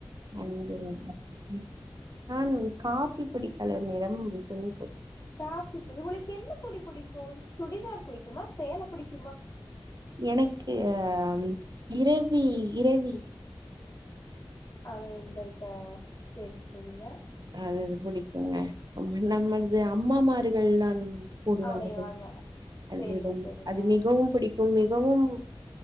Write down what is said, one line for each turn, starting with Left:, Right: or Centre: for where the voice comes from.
Right: அஞ்சர ம் ம் ஹும் மேம் காஃபி புடிக் பல நேரம் இப்ப இது
Left: காக்கி துணி உங்களுக்கு என்ன துணி புடிக் ப்போ சுடிதார் புடிக்குமா சேலை புடிக்
Right: எனக்கு ஆ <unintelligible> இரவி இரவில்
Left: அது இங்க இருக்கா செரி செரிங்க
Right: அதது புடிக்குங்க நம்ம நம்மளது அம்மாமார்கள்லா போடுவார்கள்
Left: ஆணைய வாங்க
Right: அதுதான்
Left: சரிங்க சரிங்க
Right: அது மிகவும் புடிக் இது மிகவும்